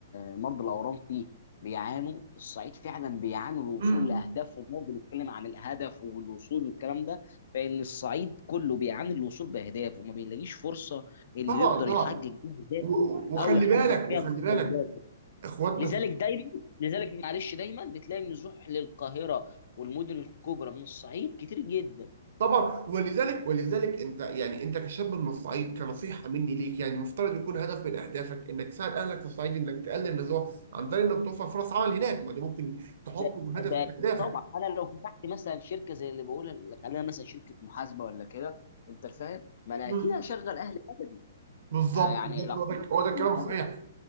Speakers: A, on the left (about 60°); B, on the right (about 65°).
A: آه، مرضى الاورام فيه بيعانوا الصعيد فعلا بيعانوا الوصول
B: م- م.
A: لاهدافهم برضه بنتكلم عن الهدف والوصول والكلام ده فان الصعيد كله بيعاني الوصول باهدافه وما بيلاقيش فرصه انه
B: طبعا
A: يقدر
B: طبعا
A: يحقق بيها اهدافه
B: و- وخلي
A: او يحقق
B: بالك
A: فيها
B: وخلي
A: متطلباته
B: بالك اخواتنا
A: لذلك
B: في-
A: دايما لذلك معلش دايما بتلاقي النزوح للقاهره والمدن الكبرى من الصعيد كتير جدا
B: طبعا ولذلك ولذلك انت يعني انت كشاب من الصعيد كنصيحه مني ليك يعني المفترض يكون هدف من اهدافك انك تساعد اهلك في الصعيد انك تقلل النزوع عن طريق انك توفر فرص عمل هناك ما ده ممكن تحطه
A: ده
B: هدف
A: ده
B: من
A: أكيد
B: اهدافك
A: طبعا انا لو فتحت مثلا شركه زي اللي بقول خلينا مثلا شركه محاسبه ولا كده انت فاهم ما انا
B: مم.
A: اكيد هشغل اهل بلدي
B: بالظبط
A: آه، يعني
B: بالظبط
A: لو
B: هو
A: حضرتك
B: ده هو ده الكلام
A: المعروف
B: الصحيح